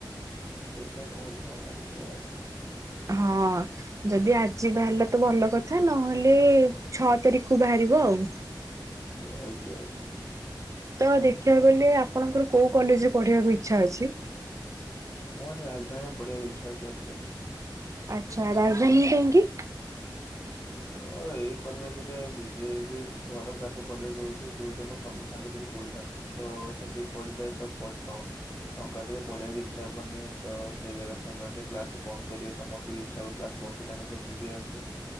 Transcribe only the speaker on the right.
ହଁ। ଯଦି ଆଜି ବାହାରିଲା ତ ଭଲ କଥା, ନହେଲେ ଛଅ ତାରିଖ କୁ ବାହାରିବ ଆଉ। <inaudible>
ତ ଦେଖିବାକୁ ଗଲେ ଆପଣଙ୍କର କୋଉ କଲେଜରେ ପଢିବାକୁ ଇଚ୍ଛା ଅଛି?
ଆଚ୍ଛା, ରାଜଧାନୀ କାହିଁକି?